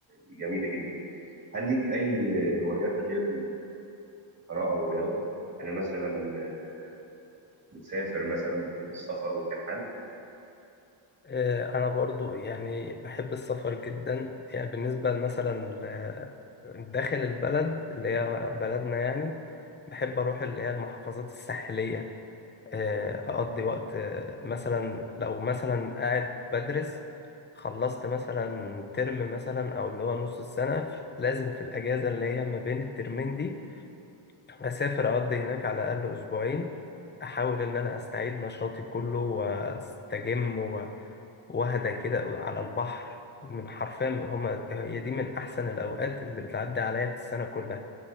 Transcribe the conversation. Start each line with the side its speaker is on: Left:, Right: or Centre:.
Right: الجميلة جدا. هل ليك أي هوايات غير القراءة والرياضة؟ أنا مثلا آه، بتسافر مثلا بتحب السفر والترحال
Left: آه، أنا برضو يعني بحب السفر جدا يعني بالنسبة مثلا ل- داخل البلد اللي هي بلدنا يعني بحب أروح اللي هي المحافظات الساحلية آه، أقضي وقت آه، مثلا لو مثلا قاعد بدرس خلصت مثلا ترم مثلا أو اللي هو نص السنة لازم في الأجازة اللي هي ما بين الترمين دي أسافر أقضي هناك على الأقل أسبوعين أحاول إن أنا أستعيد نشاطي كله وأستجم واحدة كده على البحر من حرفيا هما هي دي من أحسن الأوقات اللي بتعدي عليا في السنة كلها